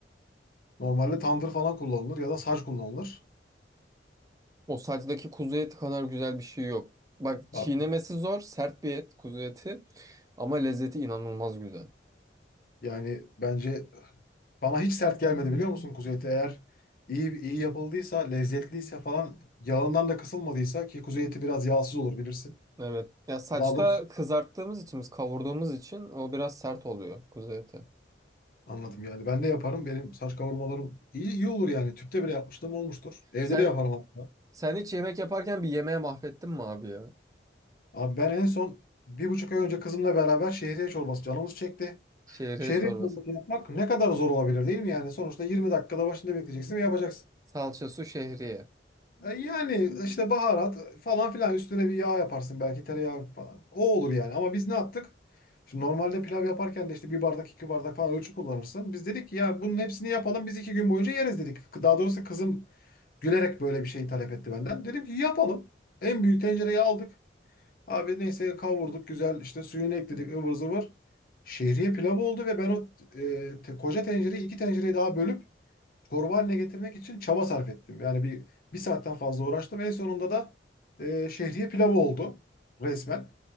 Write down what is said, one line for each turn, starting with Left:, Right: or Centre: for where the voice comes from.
Left: Normalde tandır falan kullanılır ya da saç kullanılır.
Right: O saçtaki kuzu eti kadar güzel bir şey yok. Bak çiğnemesi
Left: Abi.
Right: zor sert bir et kuzu eti ama lezzeti inanılmaz güzel.
Left: Yani bence bana hiç sert gelmedi biliyor musun kuzu eti? Eğer iyi iyi yapıldıysa, lezzetliyse falan yağından da kısılmadıysa ki kuzu eti biraz yağsız olur bilirsin.
Right: Evet. Ya saçta
Left: Daha doğrusu
Right: kızarttığımız için, biz kavurduğumuz için o biraz sert oluyor kuzu eti.
Left: anladım yani. Ben de yaparım. Benim saç kavurmalarım iyi iyi olur yani. Tüpte bile yapmışlığım olmuştur. Evde
Right: Sen
Left: de yaparım hatta.
Right: sen hiç yemek yaparken bir yemeğe mahvettin mi abi ya?
Left: Abi ben en son bir buçuk ay önce kızımla beraber şehriye çorbası canımız çekti.
Right: Şehriye
Left: Şehriye
Right: çorbası.
Left: çorbası yapmak ne kadar zor olabilir değil mi yani? Sonuçta 20 dakikada başında bekleyeceksin ve yapacaksın.
Right: Salça su şehriye.
Left: E, Yani işte baharat falan filan üstüne bir yağ yaparsın belki tereyağı falan. O olur yani ama biz ne yaptık? Şimdi normalde pilav yaparken de işte bir bardak iki bardak falan ölçü kullanırsın. Biz dedik ki ya bunun hepsini yapalım biz iki gün boyunca yeriz dedik. Daha doğrusu kızım gülerek böyle bir şey talep etti benden. Dedim ki yapalım. En büyük tencereyi aldık. Abi neyse kavurduk güzel işte suyunu ekledik ıvır zıvır. Şehriye pilavı oldu ve ben o e, te- koca tencereyi iki tencereye daha bölüp çorba haline getirmek için çaba sarf ettim. Yani bir, bir saatten fazla uğraştım. En sonunda da e, şehriye pilavı oldu resmen.